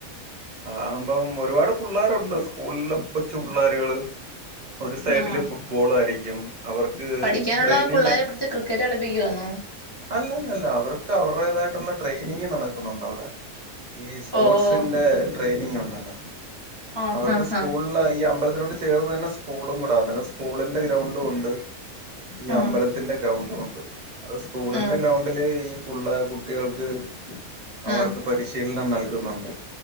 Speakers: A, on the right (about 40°); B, on the left (about 25°).
A: അആവുമ്പം ഒരുപാട് പുള്ളേരുണ്ട് സ്കൂളിലെ കൊച്ചു പുള്ളോരുകള് ഒരു സൈഡില്
B: ആഹ്
A: ഫുട്ബോൾ ആയിരിക്കും അവർക്ക്
B: പഠിക്കാനുള്ള
A: ട്രെയ്നെയ്യാൻ
B: പിള്ളേരെ പിടിച്ച് ക്രിക്കറ്റ് കളിപ്പിക്കുവാന്നോ
A: അല്ലല്ലല്ല അവർക്ക് അവരുടേതായിട്ടുള്ള ട്രെയിനിങ് നടക്കുന്നുണ്ട് അവിടെ ഈ സ്പോർട്സിന്റെ
B: ഓഹ്
A: ട്രെയിനിങ് ണ്ടല്ലോ
B: ആഹ്
A: അവർക്ക്
B: ആഹ്
A: സ്കൂൾ അല്ല ഈ അമ്പലത്തിലോട്ട് ചേർന്ന് തന്നെ സ്കൂളുംട സ്കൂളിന്റെ ഗ്രൗണ്ടും ഉണ്ട് ഈ
B: ആഹ്
A: അമ്പലത്തിന്റെ ഗ്രൗണ്ടുംണ്ട് അ സ്കൂളിന്റെ
B: ആഹ്
A: ഗ്രൗണ്ടില് ഈ ഉള്ള കുട്ടികൾക്ക് അവർക്ക്
B: ആഹ്
A: പരിശീലനം നൽകുന്നുണ്ട്